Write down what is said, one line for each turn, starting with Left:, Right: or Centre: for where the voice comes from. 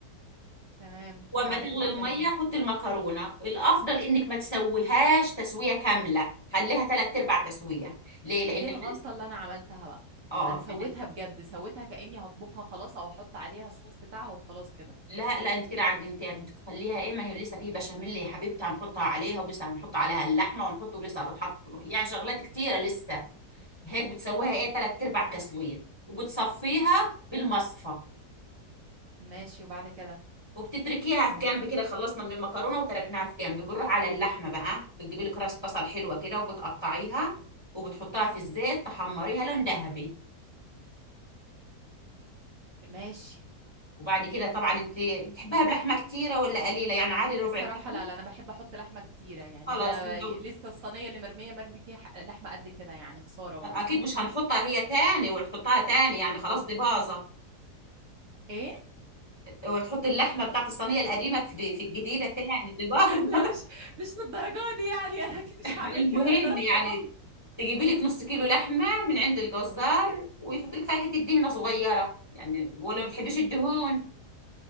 Right: تمام
Left: واما
Right: بعد
Left: تغلي
Right: كده
Left: الميه
Right: اعمل ايه
Left: حط المكرونه الافضل انك ما تسويهاش تسويه كامله خليها ثلاث ارباع تسويه ليه لان
Right: دي الغلطه
Left: احنا لسه
Right: اللي انا عملتها بقى
Left: اه
Right: انا سويتها
Left: بدك
Right: بجد سويتها كاني هطبخها خلاص او احط عليها الصوص بتاعها وخلاص كده
Left: لا لا انت كده عجنتيها بدك تخليها ايه ما هي لسه في بشاميل يا حبيبتي هنحطها عليها ولسه هنحط عليها اللحمه ونحط ولسه هتتحط في الوصفة. يعني شغلات كتيره لسه هيك بتسويها ايه تلات ارباع تسويه وبتصفيها بالمصفى
Right: ماشي وبعد كده
Left: وبتتركيها في جنب كده خلصنا من المكرونه وتركناها في جنب بنروح على اللحمه بقى بتجيبي لك راس بصل حلوه كده وبتقطعيها وبتحطها في الزيت تحمريها لون ذهبي
Right: ماشي
Left: وبعد كده طبعا انت بتحبها بلحمه كتيره ولا قليله يعني عادي ربع
Right: الصراحة
Left: كيلو
Right: لا لا أنا بحب أحط لحمة كتيرة يعني
Left: خلاص
Right: أنا
Left: لو-
Right: لسه الصينية اللي مرمية مرمي فيها ح- لحمة قد كده يعني خسارة والله
Left: اكيد مش هنحطها هي تاني وتحطها تاني يعني خلاص دي باظه
Right: إيه؟
Left: وتحط اللحمه بتاعت الصينيه القديمه في في الجديده تاني دي باظه
Right: لا مش مش للدرجة دي يعني انا اكيد مش هعمل
Left: المهم
Right: كده ده انا اتصدمت
Left: يعني تجيبي لك نص كيلو لحمة من عند الجزار ويحط لك فيها حتة دهنة صغيرة يعني ولا ما بتحبيش الدهون